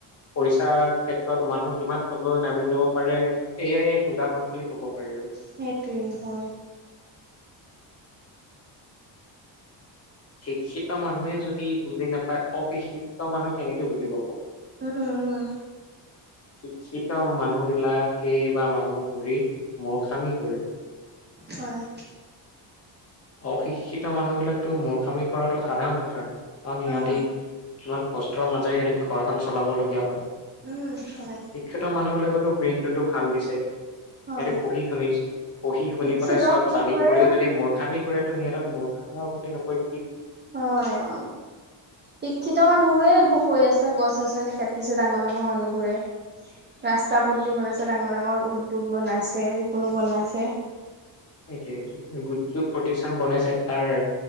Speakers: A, on the left; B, on the right.
A: পইচাৰ ক্ষেত্ৰত মানুহ কিমান তললৈ নামি লব পাৰে, এয়াই এক উদাহৰণ বুলি ক'ব। পাৰি আৰু।
B: সেইটোৱে হয়।
A: শিক্ষিত মানুহে যদি বুজি নাপায়, অশিক্ষিত মানুহ কেনেকে বুজি পাব।
B: উম উম
A: শিক্ষিত মানুহ বিলাকে বা মানুহবোৰে মূৰ্খামি কৰে।
B: হয়।
A: অশিক্ষিত মানুহ বিলাকতো মূৰ্খামি কৰাটো সাধাৰণ কথা, কাৰণ সিহঁতি
B: অ',
A: কিমান কষ্টৰ মাজেৰে সিহঁতি ঘৰ এখন চলাবলগীয়া হয়,
B: উম, হয়,
A: শিক্ষিত মানুহবিলাকত ব্ৰেইনতো ভাল দিছে।
B: হয়,
A: সিহতে পঢ়ি- শুনি পঢ়ি- শুনি
B: শিক্ষিত
A: পেলাই চব
B: মানুহবোৰে
A: জানি কৰিও যদি মূৰ্খামি তো সিহঁতক মূৰ্খা বুলি নকয়।
B: হয় অ শিক্ষিত মানুহবোৰে মোক কৈ আছে গছ -গছনী কাটিছে ডাঙৰ ডাঙৰ মানুহবোৰে। ৰাস্তা পদূলি বনাইছে, ডাঙৰ ডাঙৰ উদ্যোগ বনাইছে, এ কোনো বনাইছে
A: সেইটোৱেটো দুৰ্যোগ প্ৰতিষ্ঠান বনাইছে তাৰ